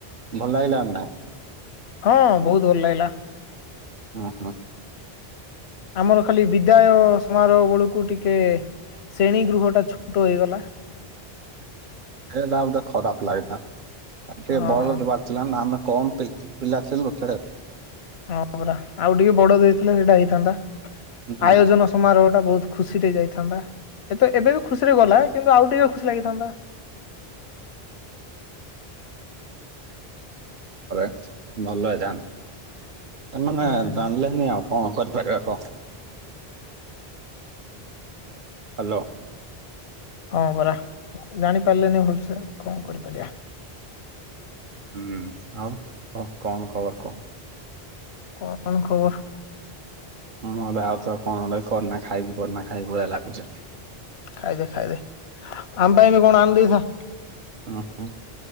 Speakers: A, on the right; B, on the left.
A: ଭଲ ଲାଗିଲା ନା ନାଇ?
B: ହଁ ବହୁତୁ ଭଲ ଲାଗିଲା।
A: ହଁ ହଁ।
B: ଆମର ଖାଲି ବିଦାୟ ସମାରୋହ ବେଳକୁ ଟିକେ ଶ୍ରେଣୀ ଗୃହଟା ଛୋଟ ହେଇଗଲା।
A: ସେଇଟା ଗୋଟେ ଖରାପ ଲାଗିଲା ସିଏ
B: ହଁ।
A: ବଲ ଯିବାର ଥିଲା ନା ଆମେ କମ୍ ପିଲା ପିଲା ଥିଲୁ ଯେ
B: ହଁ ପରା ଆଉ ଟିକେ ବଡ ଦେଇଥିଲେ ସେଇଟା ହେଇଥାନ୍ତା
A: ହୁଁ
B: ଆୟୋଜନ ସମାରୋହ ଟା ବହୁତ ଖୁସିରେ ଯାଇଥାନ୍ତା ଏତେ ଏବେ ବି ଖୁସିରେ ଗଲା କିନ୍ତୁ ଆଉ ଟିକେ ଖୁସି ଲାଗିଥାନ୍ତା।
A: ହରେ ଭଲ ହେଇଥାନ୍ତା, ଏମାନେ
B: ହୁଁ,
A: ଜାଣିଲେ ନାଇଁ ଆଉ କଣ କରିପାରିବା କହ, ହ୍ୟାଲୋ।
B: ହଁ ପରା ଜାଣିପାରିଲେନି ଭଲସେ କଁ କରିପାରିବା।
A: ହୁଁ ଆଉ ହ କଣ ଖବର କହ?
B: କହ କଣ ଖବର?
A: ହୁଁ ମୁଁ ଏବେ ଆଉଥରେ କଣ ଗୋଟେ କରିନା ଖାଇବି କରିନା ଖାଇବି ଭଳିଆ ଲାଗୁଚେ।
B: ଖାଇବେ ଖାଇବେ ଆମ ପାଇଁ ବି କଣ ଆଣିଦେଇଥା।
A: ଉଁ ଉଁ।